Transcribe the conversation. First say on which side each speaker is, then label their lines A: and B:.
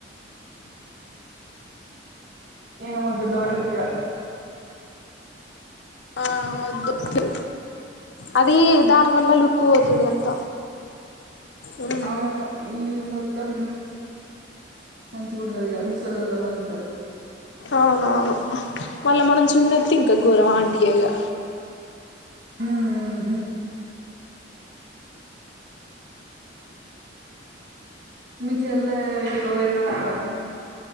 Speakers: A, on the right; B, on the left.
A: ఏమోద్దు డోరిస్ ఇగ
B: ఆ వద్దు అది దానివల్ల లుక్ పోతుంది అంత ఉ
A: అవును ఈ మొత్తం మంచిగుండదిగ ముసలోళ్ళలా ఉంటది
B: అవునవును మళ్ళ మనం చున్నత్తి ఇంకా ఘోరం ఆంటియయిగా
A: ఊ ఊ హు మీ చెల్లె ఏడికో పోయిందన్నవ్ గా